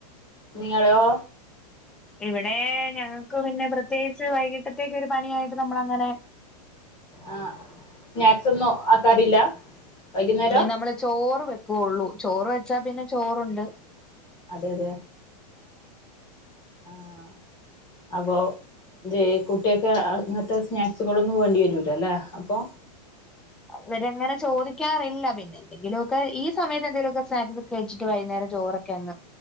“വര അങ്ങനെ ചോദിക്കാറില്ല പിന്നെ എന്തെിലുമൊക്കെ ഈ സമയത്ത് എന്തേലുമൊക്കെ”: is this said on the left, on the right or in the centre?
Centre